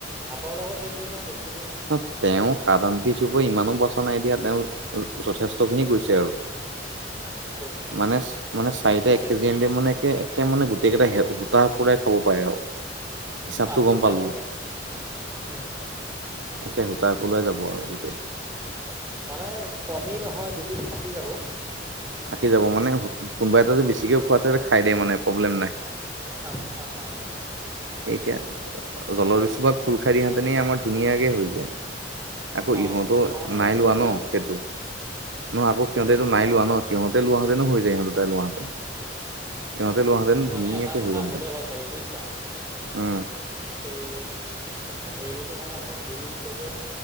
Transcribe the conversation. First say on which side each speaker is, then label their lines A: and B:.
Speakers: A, on the right; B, on the right.
A: ভাতৰ লগত হৈছে যে বস্তুটো।
B: নহ তেওঁ সাধাৰণ পিছো হৈ ইমানো বচা নাই দিয়া, তেওঁ যথেষ্ট খিনি কৰিছে আৰু।
A: <inaudible> গৈছে
B: মানে, মানে চাৰিটা
A: ভালেখিনি
B: এক কেজি আনিলে
A: গৈছে
B: মানে একে কে মানে গোটেই কেইটা হে-হুটাহ পুৰাই খাব পাৰে আৰু। হিচাপটো
A: <unintelligible>
B: গম পালো
A: উম, উম।
B: তাকে হুতা পলোৱাই যাব আৰু গোটেই।
A: মানে কমি নহয় দুপিচ থাকি যাব।
B: থাকি যাব মানে কোনোবা এটা যদি বেছিকে খোৱা থাকে খাই দে মানে প্ৰব্লেম নাই।
A: অ', অ', অ'।
B: এতিয়া, জলদস্যু ভাগ খোল খাই দিয়া হেতেনেই আমাৰ ধুনীয়াকে হৈ যায়। আকৌ
A: আহ
B: ইহঁতৰো
A: তোমাৰ মানে
B: নাই
A: নহ'ল
B: লোৱা ন
A: যে
B: সেইটো। নহয় আকৌ সিহঁতে এইটো নাই লোৱা ন, সিহঁতে লোৱা হেতেনও হৈ যায় ইহঁতৰ। লোৱা হেতেন, সিহঁতে লোৱা হেতেন
A: মানে
B: ধুনিয়াকে
A: এটা কথা
B: হৈ গ'ল
A: হ'লে
B: হেতেন।
A: হয় চাগে বুজিছা
B: উম।
A: এই হেৰিটো মানে অকণমান দেৰি হৈছে যে।